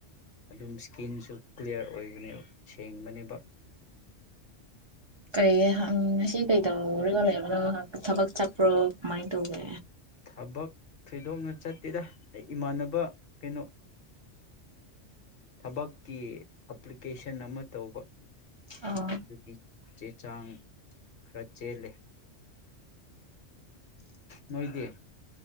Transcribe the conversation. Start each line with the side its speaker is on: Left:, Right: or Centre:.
Left: ꯑꯗꯨꯝ ꯏꯁꯀꯤꯔꯤꯟꯁꯨ ꯀ꯭ꯂꯤꯌꯥꯔ ꯑꯣꯏꯕꯅꯦꯕ ꯁꯦꯡꯕꯅꯦꯕ
Right: ꯀꯔꯤꯪ ꯉꯁꯤ ꯀꯩ ꯇꯧꯔꯒ ꯂꯩꯕ ꯑꯣ ꯊꯕꯛ ꯆꯠꯄ꯭ꯔꯣ ꯃꯥꯏꯗꯧꯒ
Left: ꯊꯕꯛ ꯊꯣꯏꯗꯣꯛꯅ ꯆꯠꯇꯦꯗ ꯑꯩ ꯏꯃꯥꯟꯅꯕ ꯀꯩꯅꯣ ꯊꯕꯛꯀꯤ ꯑꯦꯄ꯭ꯂꯤꯀꯦꯁꯟ ꯑꯃ ꯇꯧꯕ
Right: ꯑꯣ
Left: ꯑꯗꯨꯄꯤ ꯆꯦ ꯆꯥꯡ ꯈꯔ ꯆꯦꯜꯂꯦ ꯃꯣꯏꯗꯤꯌꯦ